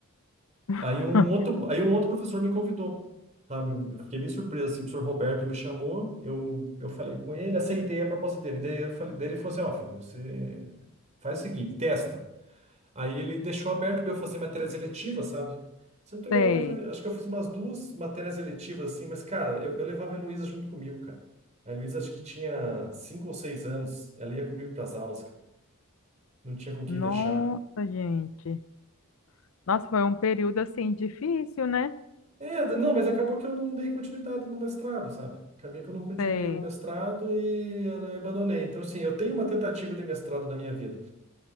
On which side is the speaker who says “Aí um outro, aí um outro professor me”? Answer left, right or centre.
Right